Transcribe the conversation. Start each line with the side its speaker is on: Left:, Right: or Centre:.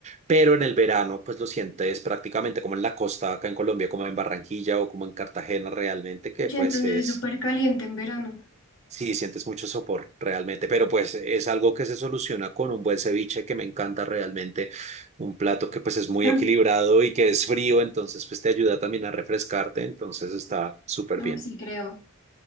Right: pero en el verano, pues lo sientes prácticamente como en la costa acá en Colombia, como en Barranquilla o como en Cartagena realmente, que
Left: Oye,
Right: pues
Left: entonces
Right: es,
Left: es súper caliente en verano.
Right: sí, sientes mucho sopor realmente, pero pues es algo que se soluciona con un buen ceviche que me encanta realmente, un plato que pues es muy
Left: <laughs>
Right: equilibrado y que es frío, entonces pues te ayuda también a refrescarte, entonces está súper
Left: No,
Right: bien.
Left: sí creo.